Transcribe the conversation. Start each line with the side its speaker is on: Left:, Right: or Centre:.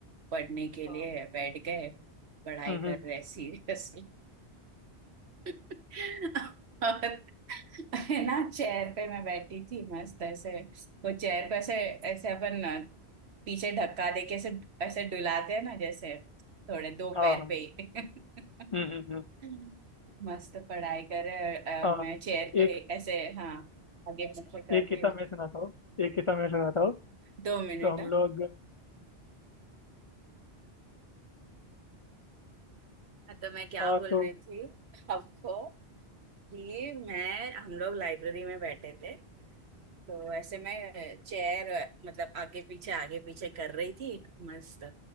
Right: पढ़ने के
Left: हाँ
Right: लिए बैठ गए पढ़ाई
Left: हम्म
Right: कर
Left: हम्म,
Right: रहे सीरियसली <laughs> और है ना चेयर पे मैं बैठी थी मस्त ऐसे वो चेयर पे ऐसे ऐसे अपन पीछे धक्का दे के ऐसे ऐसे डुलाते हैं ना जैसे थोड़े दो
Left: हाँ
Right: पैर
Left: हाँ
Right: पे ही
Left: हम्म हम्म हम्म,
Right: <laughs> मस्त पढ़ाई कर रहे हैं
Left: हाँ
Right: और मैं चेयर को
Left: एक
Right: ही ऐसे हाँ आगे पीछे कर
Left: एक
Right: रही
Left: किस्सा
Right: हूँ
Left: मैं सुनाता हूँ एक किस्सा मैं सुनाता हूँ
Right: दो मिनट
Left: तो हम
Right: हाँ
Left: लोग
Right: हाँ, तो मैं क्या
Left: हाँ
Right: बोल
Left: तो
Right: रही थी आपको कि मैं हम लोग लाइब्रेरी में बैठे थे तो ऐसे मैं चेयर मतलब आगे पीछे आगे पीछे कर रही थी मस्त